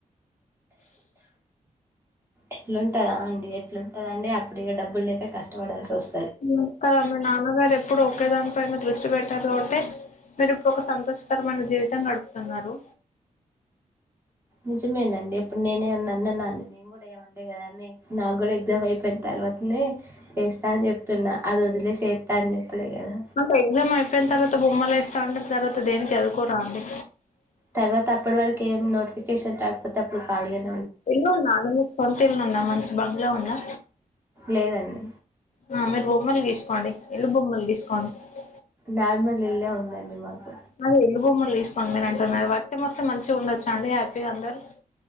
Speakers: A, on the right; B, on the left.
A: ఎట్లుంటదా అండి ఎట్లుంటదా అండి అప్పుడు ఇగ డబ్బులు లేక కష్టపడాల్సి వస్
B: హ్మ్ కదా మీ నాన్న గారు ఎ ఇప్పుడు ఒకే దాని పైన దృష్టి పెట్టారు అంటే కాబటే మీరు ఇప్పు ఒక సంతోష్ పర మన జీవితం గడుపుతున్నారు
A: నిజమేనండి ఇప్పుడు నేనే ఏమన్నా అన్నానా అండి నేను కూడా ఏమంటే కదా అండి అని నాకు కూడా ఎక్సమ్ అయిపోయిన తర్వాత నే చేస్తా అని చెప్తున్నా, అది వదిలేసి చేస్తా అని చెప్పలే కదా?
B: అంటే ఎగ్జామ్ అయిపోయిన తర్వాత <unintelligible> తర్వాత దేనికి చదువుకోరా అండి?
A: తర్వాత, అప్పటి వరకు ఏం నోటిఫికేషన్ రాకపోతే అప్పుడు ఖాళీ అన్
B: ఇల్లుందా అండి మీకు? సొంత ఇల్లు ఉందా? మంచి బంగ్లా ఉందా?
A: లేదండి
B: ఆ మీరు బొమ్మలు గీసుకోండి, ఇల్లు బొమ్మలు గీసుకోన్ కొం
A: నార్మల్ ఇల్లే ఉందండి మాకు
B: అది ఎల్లు బొమ్మలు తీసుకో మీ అని అంటున్నారు వర్షం మొస్తే మంచిగా ఉండొచ్చు అండి హ్యాపీగా అందరు